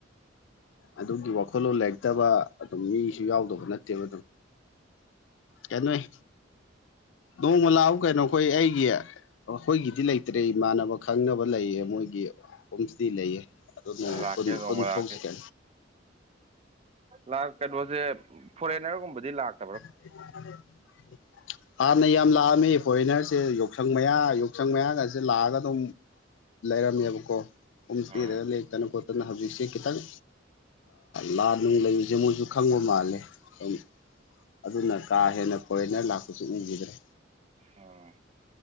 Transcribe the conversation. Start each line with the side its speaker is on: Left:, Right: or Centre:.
Left: ꯑꯗꯨꯒꯤ ꯋꯥꯈꯜꯂꯣꯟ ꯂꯩꯔꯛꯇꯕ ꯑꯗꯨꯝ ꯃꯤ ꯁꯨ ꯌꯥꯎꯗꯕ ꯅꯠꯇꯦꯕ ꯑꯗꯨꯝ ꯀꯩꯅꯣꯏ ꯅꯣꯡꯃ ꯂꯥꯛꯎ ꯀꯩꯅꯣꯈꯣꯏ ꯑꯩꯒꯤ ꯑꯩꯈꯣꯏꯒꯤꯗꯤ ꯂꯩꯇ꯭ꯔꯦ ꯏꯃꯥꯟꯅꯕ ꯈꯪꯅꯕ ꯂꯩꯌꯦ ꯃꯣꯏꯒꯤ ꯍꯣꯝꯁꯤꯇꯗꯤ ꯂꯩꯌꯦ ꯑꯗꯨꯝ
Right: ꯂꯥꯛꯀꯦ ꯅꯣꯡꯃ
Left: ꯀ
Right: ꯂꯥꯛꯀꯦ
Left: ꯊꯣꯛꯁꯤꯒꯦ
Right: ꯂꯥꯛ ꯀꯩꯅꯣꯁꯦ ꯐꯣꯔꯦꯟꯅꯔꯒꯨꯝꯕꯗꯤ ꯂꯥꯛꯄ
Left: <unintelligible> ꯍꯥꯟꯅ ꯌꯥꯝ ꯂꯥꯛꯑꯝꯃꯤ ꯐꯣꯔꯦꯟꯅꯔꯁꯦ ꯌꯥꯎꯁꯪ ꯃꯌꯥ ꯌꯥꯎꯁꯪ ꯃꯌꯥꯒꯁꯦ ꯂꯥꯛꯑꯒ ꯑꯗꯨꯝ ꯂꯩꯔꯝꯃꯦꯕꯀꯣ ꯄꯨꯝꯁꯤꯦꯗꯒ
Right: ꯎꯝ
Left: ꯂꯩꯇꯅ ꯈꯣ ꯑꯗꯨꯅ ꯍꯧꯖꯤꯛꯁꯦ ꯈꯤꯇꯪ ꯂꯥ ꯅꯨꯡ ꯂꯩꯕꯁꯦ ꯃꯣꯏꯁꯨ ꯈꯪꯕ ꯃꯥꯜꯂꯦ ꯑꯗꯨ ꯑꯗꯨꯅ ꯀꯥ ꯍꯦꯟꯅ ꯐꯣꯏꯦꯅ ꯂꯥꯛꯄꯁꯨꯅꯤꯡꯡꯈꯤꯗ꯭ꯔꯦ
Right: ꯑꯣ